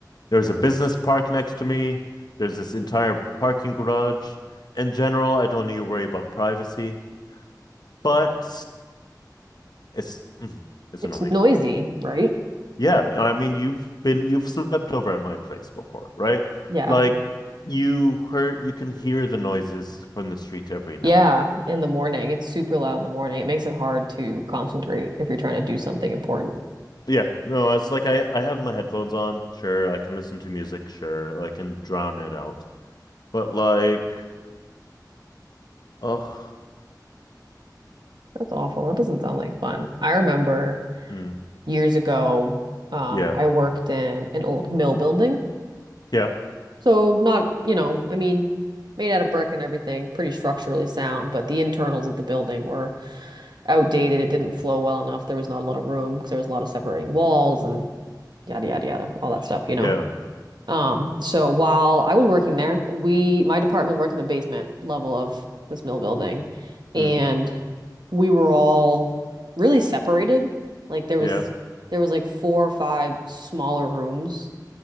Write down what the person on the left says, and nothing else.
There's a business park next to me. There's this entire parking garage. In general, I don't need to worry about privacy, but it's mhm, it's
annoying.
Yeah, I mean, you've been you've slept over at my place before, right?
Like you heard you can hear the noises from the street every now
and then.
Yeah, no, it's like I I have my headphones on. Sure, I can listen to music. Sure, I can drown it out. But like, oh,
mm,
yeah,
yeah,
yeah,
mm,
yeah.